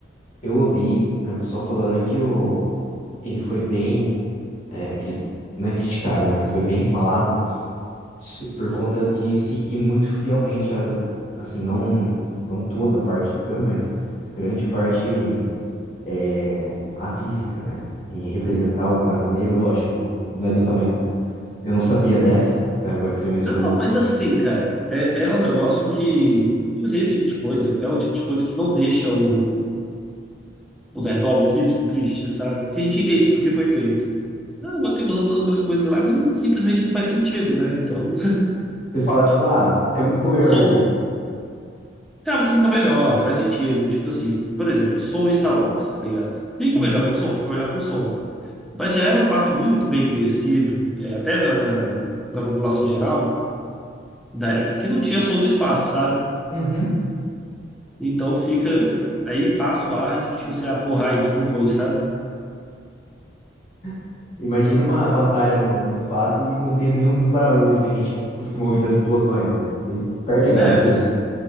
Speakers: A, on the left; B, in the centre.
A: eu ouvi, né, o pessoal falando que o, ele foi bem, é, cri- não é criticado, mas foi bem falado su- por conta de seguir muito fielmente, a, assim, não, não toda a parte do filme, mas grande parte é, a física, né? E representar o buraco negro, lógico, não, não é do tamanho, eu não sabia dessa, né, agora que você mencionou.
B: Ah, não, mas assim, cara, é, é um negócio que. Tipo assim, esse tipo de coisa é o tipo de coisa que não deixa o, o nerdola, físico triste, sabe? Porque a gente entende por que foi feito. Ah, Agora tem umas outras coisas lá que não- simplesmente não faz sentido, né? Então,
A: Você fala, tipo, ah, fica-
B: <laughs>
A: ficou melhor
B: som.
A: assim.
B: Claro que fica melhor, faz sentido. Tipo assim, por exemplo, som em Star Wars, tá ligado? Fica
A: Uhum.
B: melhor com som? Fica melhor com som. Mas já era um fato muito bem conhecido, é, até da, da, da população geral, da época, que não tinha som no espaço, sabe?
A: Uhum.
B: Então fica. Aí passa o ar de que, tipo assim, ah, porra, ai, que burrões, sabe?
A: <laughs> Imagina uma batalha no, no espaço e não tem nenhum dos barulhos que a gente costuma ouvir das explosões, né? Aí perde a graça
B: É,
A: do
B: mas
A: filme.